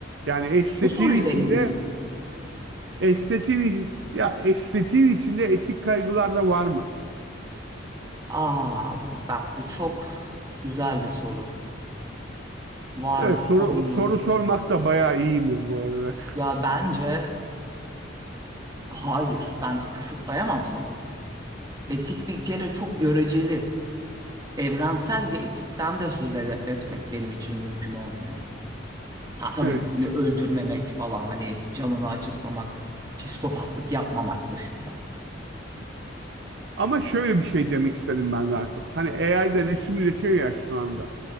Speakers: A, on the right; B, on the right.
A: Yani estetiğin
B: Bu soruyla
A: içinde
B: ilgili mi?
A: estetiğin ya estetiğin içinde etik kaygılar da var mı?
B: Aa bu- bak bu çok güzel bir soru. Var
A: Evet
B: mı?
A: soru
B: Olmalı
A: soru
B: mı?
A: sormak da bayağı iyiyimdir bu arada.
B: Ya bence hayır. Ben kısıtlayamam sanatı. Etik bir kere çok göreceli. Evrensel bir etikten de söz ede- etmek benim için mümkün olmuyor. Ha tabii
A: Evet.
B: birini öldürmemek falan hani canını acıtmamak, psikopatlık yapmamak dışında.
A: Ama şöyle bir şey demek istedim ben daha çok. Hani AI de resim üretiyor ya şu anda.